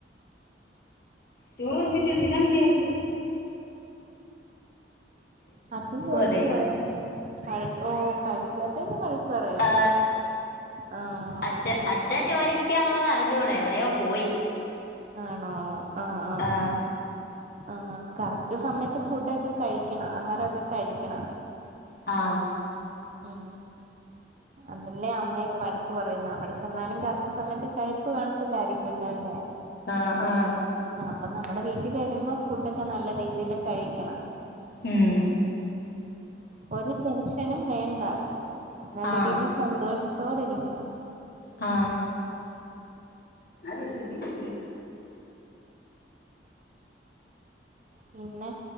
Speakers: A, on the left (about 60°); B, on the right (about 40°).
A: ചോർ വളമ്പി വെച്ചത് തിന്നാൻ വയ്യ അവര്ക്
B: അച്ഛൻ ജോലിക്ക്
A: പറയുവാ
B: പോയോ ക ഓ കഴിക്കാത്തത്തിന്‌ വഴ പറയുവാണോ
A: ആ
B: ആഹ്
A: അച്ച
B: ആഹ്
A: അച്ഛാ ചോലിക്കാന്ന് അറിഞ്ഞൂടാ എവിടെയോ പോയി
B: ആണോ ആ ആ
A: ആഹ്
B: ആ ആ കറക്റ്റ് സമയത്ത് ഫുഡൊക്കെ കഴിക്കണം ആഹാരമൊക്കെ കഴിക്കണം
A: ആ
B: ഉ അതല്ലേ അമ്മയൊക്കെ വഴക്ക് പറയുന്നു അവിടെ ചെന്നാലും കറക്റ്റ് സമയത്ത് പയിപ്പ് കാണത്തില്ലായിരിക്കുംല്ലോ അല്ലേ
A: ആഹ് ആഹ്
B: ആ അപ്പൊ നമ്മുടെ വീട്ടിൽ വരുമ്പോ ഫുഡൊക്കെ നല്ല രീതിൽ കഴിക്കണം
A: ഉം
B: ഒരു ടെൻഷനും വേണ്ട നല്ല
A: ആഹ്
B: രീതിയിൽ സന്തോഷ തോടെ ഇരിക്കണം
A: ആ ആരും എടുത്തിട്ട കേ
B: പിന്നെ